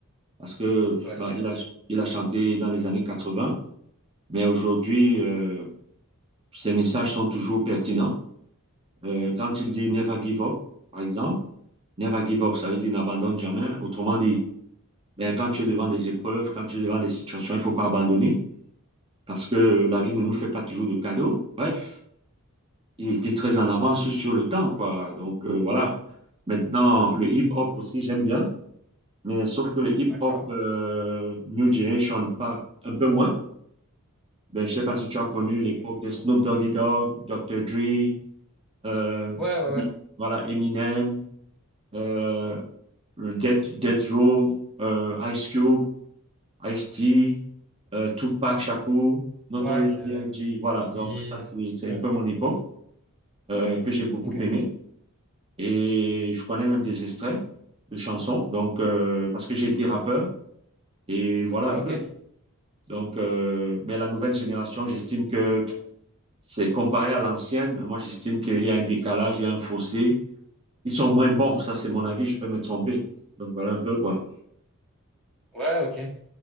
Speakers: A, on the right (about 25°); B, in the centre.
A: parce que
B: ouais,
A: bah,
B: c'est clair.
A: il a, il a chanté dans les années 80, mais aujourd'hui, euh, ces messages sont toujours pertinents. Euh, quand il dit Never give up, par exemple, Never give up, ça veut dire n'abandonne jamais. Autrement dit, ben, quand tu es devant des épreuves, quand tu es devant des situations, il ne faut pas abandonner parce que la vie ne nous fait pas toujours de cadeaux. Bref, il était très en avance sur le temps, quoi. Donc, euh, voilà. Maintenant, le hip-hop aussi, j'aime bien. Mais sauf que le hip-hop
B: D'accord.
A: euh, New Generation, pas, un peu moins. Ben, je sais pas si tu as connu l'époque
B: Ok. Ouais,
A: de Snoop Doggy Dogg, Dr. Dre, euh,
B: ouais, ouais.
A: voilà, Eminem, euh, Death, Death Row, euh, Ice Cube, Ice-T, euh, Tupac Shakur, Notorious
B: Pâques, euh,
A: B.I.G. Voilà,
B: Guy.
A: donc ça, c'est c'est
B: Ouais.
A: un peu mon époque euh, que j'ai beaucoup
B: Ok.
A: aimé. Et je connais même des extraits de chansons, donc, euh, parce que j'ai été rappeur. Et voilà
B: Ah,
A: un peu.
B: ok.
A: Donc, euh, mais la nouvelle génération, j'estime que c'est comparé à l'ancienne. Moi, j'estime qu'il y a un décalage, il y a un fossé. Ils sont moins bons. Ça, c'est mon avis. Je peux me tromper. Donc, voilà un peu quoi.
B: Ouais, ok.